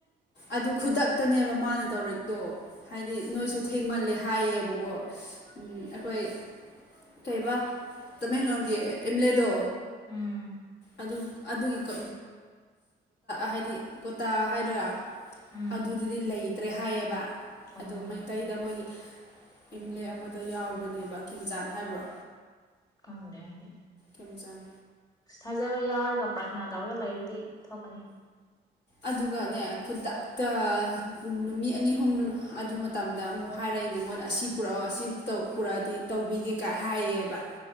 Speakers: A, on the left; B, on the left.
A: ꯑꯗꯨ ꯈꯨꯗꯛꯇꯅꯦꯕ ꯃꯥꯅ ꯇꯧꯔꯤꯛꯇꯣ ꯍꯥꯏꯗꯤ ꯅꯣꯏꯁꯨ ꯊꯦꯡꯃꯜꯂꯦ ꯍꯥꯏꯌꯦꯕꯀꯣ ꯎꯝ ꯑꯩꯈꯣꯏ ꯀꯩꯕꯥ ꯇꯃꯦꯡꯂꯣꯡꯒꯤ ꯑꯦꯝ ꯑꯦꯜ ꯑꯦꯗꯣ
B: ꯎꯝ
A: ꯑꯗꯨ ꯑꯗꯨꯒꯤꯀꯥ ꯍꯥꯏꯗꯤ ꯀꯣꯇꯥ ꯍꯥꯏꯗꯣꯔꯥ
B: ꯎꯝ
A: ꯑꯗꯨꯗꯗꯤ ꯂꯩ ꯇ꯭ꯔꯦ ꯍꯥꯏꯌꯦꯕ
B: ꯑꯣ
A: ꯑꯗꯣ ꯃꯩꯇꯩꯗ ꯃꯣꯏꯒꯤ ꯑꯦꯝꯂ ꯑꯦ ꯑꯃꯗ ꯌꯥꯎꯕꯅꯦꯕ ꯈꯦꯝꯆꯥꯟ ꯍꯥꯏꯕ꯭ꯔꯣ
B: ꯀꯪꯗ ꯑꯩꯗꯤ
A: ꯈꯦꯝꯆꯥꯟ
B: ꯊꯥꯖꯕ ꯌꯥꯎꯔꯒ ꯄ꯭ꯔꯥꯊꯅꯥ ꯇꯧꯔꯒ ꯂꯩꯔꯗꯤ ꯊꯣꯛꯀꯅꯤ
A: ꯑꯗꯨꯒꯅꯦ ꯈꯨꯗꯛꯇ ꯅꯨꯃꯤꯠ ꯑꯅꯤ ꯑꯍꯨꯝ ꯑꯗꯨ ꯃꯇꯝꯗ ꯑꯃꯨꯛ ꯍꯥꯏꯔꯛꯏꯅꯦ ꯃꯣꯏꯅ ꯑꯁꯤ ꯄꯨꯔꯥ ꯑꯁꯤꯞ ꯇꯧ ꯄꯨꯔꯥꯗꯤ ꯇꯧꯕꯤꯒꯦ ꯀ ꯍꯥꯏꯌꯦꯕ